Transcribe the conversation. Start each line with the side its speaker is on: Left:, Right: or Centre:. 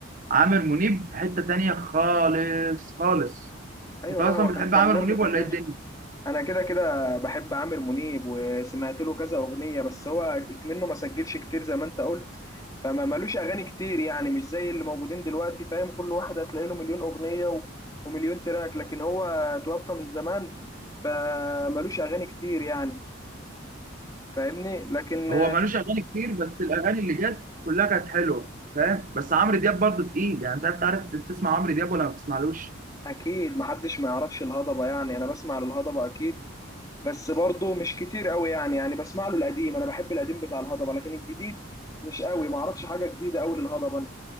Right: عامر منيب في حته تانية خالص خالص
Left: ايوه
Right: انت اصلا
Left: لا هو كان
Right: بتحب
Left: فنان
Right: عامر منيب
Left: متكامل
Right: ولا ايه الدنيا
Left: انا كده كده بحب عامر منيب وسمعت له كذا اغنيه بس هو منه ما سجلش كتير زي ما انت قلت فما ملوش اغاني كتير يعني مش زي اللي موجودين دلوقتي فاهم كل واحد هتلاقي له مليون اغنيه و... ومليون تراك لكن هو توفى من زمان فملوش اغاني كتير يعني فاهمني لكن
Right: هو ملوش اغاني كتير بس الاغاني اللي جت كلها كانت حلوه فاهم بس عمرو دياب برضه تقيل يعني مش عارف تعرف تسمع عمرو دياب ولا ما بتسمعلوش
Left: اكيد محدش ما يعرفش الهضبه يعني انا بسمع للهضبه اكيد بس برضه مش كتير قوي يعني يعني بسمع له القديم انا بحب القديم بتاع الهضبه لكن الجديد مش قوي ما اعرفش حاجه جديده قوي للهضبه